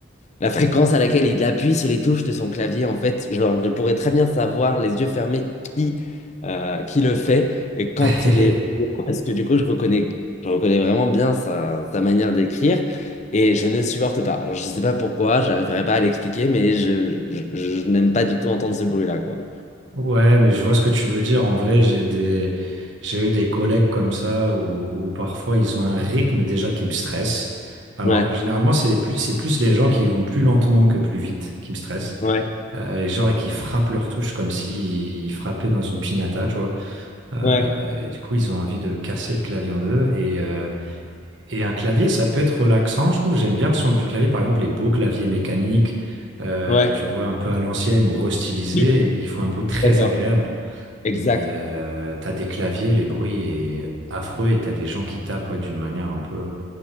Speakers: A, on the left; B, on the right.
A: la fréquence à laquelle il appuie sur les touches de son clavier, en fait, genre, je pourrais très bien savoir, les yeux fermés, qui, euh, qui le fait et quand
B: <laughs>
A: il est au bureau, parce que du coup, je reconnais, je reconnais vraiment bien sa, sa manière d'écrire et je ne supporte pas. Alors, je ne sais pas pourquoi, j'arriverai pas à l'expliquer, mais je, je, je n'aime pas du tout entendre ce bruit-là, quoi.
B: Ouais, mais je vois ce que tu veux dire. En vrai, j'ai des, j'ai eu des collègues comme ça où, où parfois ils ont un rythme déjà qui me stresse. Alors,
A: Ouais,
B: généralement, c'est plus, c'est plus les gens qui vont plus lentement que plus vite qui me stressent.
A: ouais,
B: Euh, et genre, et qui frappent leur touche comme s'ils ils frappaient dans une piñata, tu vois. Euh,
A: ouais,
B: et du coup, ils ont envie de casser le clavier en deux. Et, euh, et un clavier, ça peut être relaxant, je trouve. J'aime bien le son du clavier. Par exemple, les beaux claviers mécaniques, euh,
A: ouais.
B: tu vois, un peu à l'ancienne ou restylisés,
A: Oui,
B: et ils font un bruit
A: je
B: très
A: suis d'accord.
B: agréable.
A: Exact.
B: Mais euh, t'as des claviers, les bruits est affreux et t'as des gens qui tapent ouais, d'une manière un peu,